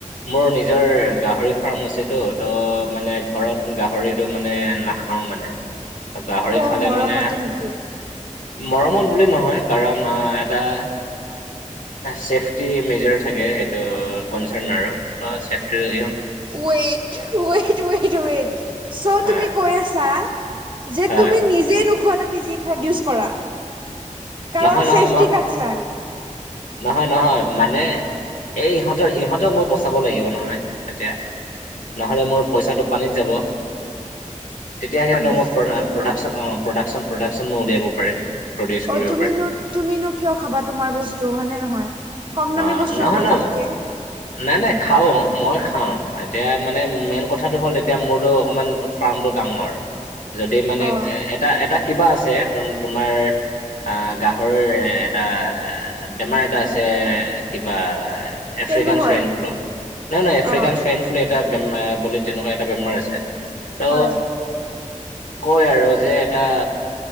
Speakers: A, on the left (about 80°); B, on the right (about 40°).
A: মোৰ নিজৰ গাহৰি ফাৰ্ম আছেতো ত' মানে ঘৰত গাহৰিটো মানে না নাখাওঁ মানে। গাহৰি
B: অ'
A: খালে
B: মৰমতে
A: মানে
B: নেকি?
A: মৰমত বুলি নহয় কাৰণ আহ এটা ছেফটি মেজৰ থাকে সেইটো কনচাৰ্ণ আৰু অহ চেফটিৰ
B: ৱেইট ৱেইট ৱেইট ৱেইট চ'
A: হয়
B: তুমি কৈ আছা যে
A: হয়
B: তুমি নিজে নোখোৱা তুমি যি প্ৰডিউচ কৰা। কাৰণ
A: নহয়
B: চেফ্টি
A: নহয় মই
B: কন্টচান।
A: নহয় নহয় মানে, এই ইহঁতক ইহঁতক মই বচাব লাগিব নহয় এতিয়া। নহলে মোৰ পইচাটো পানীত যাব। তেতিয়া সিহঁতক
B: বচাব
A: মই প্ৰ
B: লাগিব
A: প্ৰডাকচন
B: অ
A: প্ৰডাকচন প্ৰডাকশ্যন মই উলিয়াব পাৰিম। প্ৰডিউচ কৰিব
B: অ তুমিনো,
A: পাৰিম।
B: তুমিনো কিয় খাবা তোমাৰ বস্তু হয়নে নহয়? কম
A: অ'
B: দামী বস্তু
A: নহয়
B: খাবা
A: ন
B: তাতকে।
A: নাই নাই খাওঁ, মই খাওঁ এতিয়া মানে মেইন কথাটো হ'ল এতিয়া মোৰো অকমান ফাৰ্মটো ডাঙৰ।
B: <inaudible>
A: যদি মানে
B: অ
A: এ এ। এটা এটা কিবা আছে একদম তোমাৰ আহ গাহৰিৰে এটা বেমাৰ এটা আছে কিবা এফ্ৰিকান
B: পেলু হয়
A: সোয়ান ফ্লু, নাই নাই এফ্ৰিকান
B: অ
A: সাইন ফ্লু এটা বে তেনেকুৱা এটা বেমাৰ আছে, ত'
B: হয়
A: কয় আৰু যে এটা